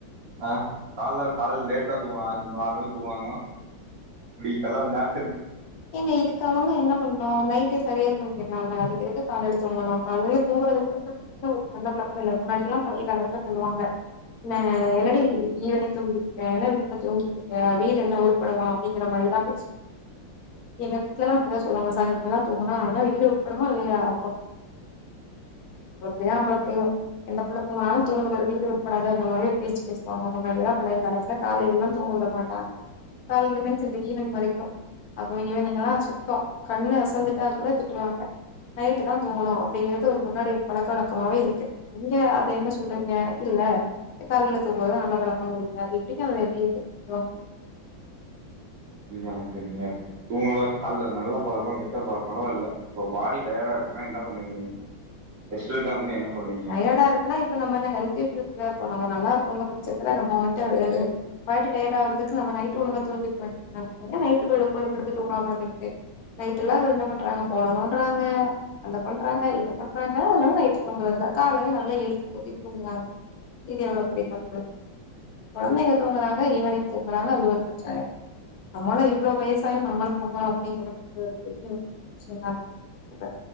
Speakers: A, on the right; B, on the left.
A: ஆஹ் காலைல கால லேட்டா தூங்காங்க அஞ்சு நாலு மணிக்கு துவாங்களா <unintelligible>
B: நீங்க இதுக்கு அவங்க என்ன பண்ணும் நைட்டு சரியா தூங்கிடலாம் இல்ல அடிக்கிறக்கு காலடி தூங்கணும் காலையில் தூங்குறது பகு ஒரு சண்ட பழக்கம் இல்லலை முன்னாடி எல்லாம் பழைய காலத்துல சொல்லுவாங்க என் என்னாடி ஈவினிங் தூங்கிக்க என்ன வீட்ல தூங்கிட்டு இருக்க வீடு என்ன உருப்படும அப்படிங்கிற மாரிதா <inaudible>
A: உ
B: எங்கீட்டுலல்லாம் இப்படிதான் சொல்லுவாங்க சாயந்தரம்ல்லாம் தூங்கினா வீடு உருப்படுமா இல்லையா <unintelligible> அவளோ எந்த பிங்காலும் வீடு வட்படாத அந்த மாதிரிய பேசச்சு பேசுவாங்க முன்னாடில்லாம் பழைய காலத்துல கால எல்லாம் தூங்க விட மாட்டாங்க கால வரைக்கும் அதுவும் ஈவினிங் எம் சுத்தம் கண்ணு அசந்துட்டா கூட திட்டுவாங்க நைட்டு தான் தூங்கணும் அப்படிங்கறது ஒரு முன்னாடி பழக்க வழக்கமாவே இருக்கு நீங்க அத என்ன சொல்றீங்க இல்ல கால்ல தூங்றதுதா நல்ல பழக்கம் <unintelligible> அத எப்டி ஏத்துக்க முடியும்
A: நீ எனக்கு நீங்க தூங்க கால்ல நல்ல பழக்கம் கெட்ட பழக்கோ இல்ல இப்ப பாடி டயர்டா இருக்குன்னா என்ன பண்ணுவீங்க எடுக்காம இருந்தா என்ன பண்ணுவீங்க
B: டயர்டா இருக்குன்னா இப்ப நம்ம என்ன ஹெல்தி ஃபுட்ஸ் நம்ம நல்லாருக்கோங்கற பட்சத்துல நம்ம வந்துட்டு பாடி டயர்ட் ஆகறதுக்கு நம்ம நைட்டு ஒழுங்கா தூங்கிட்டு நைட் <unintelligible> தூங்காம நைட்டெல்லா என்ன பண்றாங்க போனலா பண்றாங்க அத பண்றாங்க இத பண்றாங்க அதனால நை ட்டு தூங்குறதுல காலையில நல்லா இழுத்து போத்திட் தூங்குறாங்க இது எவ்வளவு பெரிய தப்பு கொழந்தைங்க தூங்குறாங்க ஈவினிங் தூங்குறாங்க அது ஒரு பிரச்சன நம்ம எல்லா இவ்வளோ வயசாயு நம்மளு தூங்கணு அப்டிங்கறது ஒரு பெரிய விஷயம் தா சொல்றே